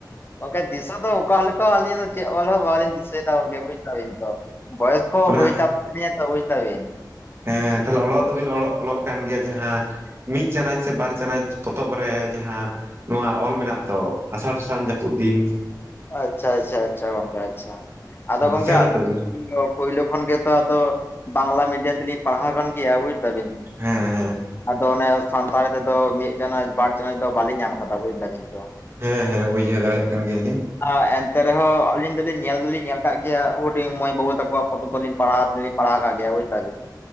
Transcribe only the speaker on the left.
ᱜᱚᱝᱠᱮ ᱫᱤᱥᱟᱹ ᱫᱚ ᱚᱠᱟ ᱞᱮᱠᱟ ᱟᱹᱞᱤᱧ ᱫᱚ ᱪᱮᱫ ᱚᱞᱦᱚᱸ ᱵᱟᱞᱤᱧ ᱫᱤᱥᱟᱹᱭ ᱮᱫᱟ ᱜᱚᱝᱠᱮ ᱵᱩᱡ ᱫᱟᱵᱤᱱ ᱛᱚ <unintelligible> ᱠᱚ
ᱦᱩᱭ ᱠᱟᱱ ᱛᱟᱞᱤᱧᱟ ᱛᱚ ᱵᱩᱡ ᱫᱟᱵᱤᱱ
ᱟᱪᱪᱷᱟ ᱟᱪᱪᱷᱟ ᱟᱪᱪᱷᱟ ᱜᱚᱝᱠᱮ ᱟᱪᱪᱷᱟ ᱟᱫᱚ ᱜᱚᱝᱠᱮ
ᱟᱞᱤᱧ
ᱫᱚᱼᱼ ᱯᱳᱭᱞᱳ ᱠᱷᱚᱱ ᱜᱮᱛᱚ ᱟᱫᱚ ᱵᱟᱝᱞᱟ ᱢᱤᱰᱤᱭᱟᱢ ᱛᱮᱞᱤᱧ ᱯᱟᱲᱦᱟᱣ ᱟᱠᱟᱱ ᱜᱮᱭᱟ ᱵᱩᱡ ᱫᱟᱵᱤᱱ
ᱟᱫᱚ ᱚᱱᱮ ᱥᱟᱱᱛᱟᱲᱤ ᱛᱮᱫᱚ ᱢᱤᱫ ᱪᱟᱱᱟᱪ ᱵᱟᱨ ᱪᱟᱱᱟᱪ ᱫᱚ ᱵᱟᱞᱤᱧ ᱧᱟᱢ ᱟᱠᱟᱫᱟ ᱵᱩᱡ ᱫᱟᱵᱤᱱ ᱛᱚ
ᱟᱨ ᱮᱱᱛᱮ ᱨᱮᱦᱚᱸ ᱟᱞᱤᱧ ᱫᱚᱞᱤᱧ ᱧᱮᱞ ᱫᱚᱞᱤᱧ ᱧᱮᱞ ᱟᱠᱟᱫ ᱜᱮᱭᱟ ᱦᱩᱰᱤᱧ ᱢᱟᱹᱭ ᱵᱟᱹᱵᱩ ᱛᱟᱠᱚᱣᱟ ᱯᱚᱛᱚᱵ ᱫᱚᱞᱤᱧᱼᱼ ᱯᱟᱲᱟᱜ ᱯᱟᱲᱦᱟᱣ ᱠᱟᱜ ᱜᱮᱭᱟ ᱵᱩᱡ ᱫᱟᱵᱤᱱ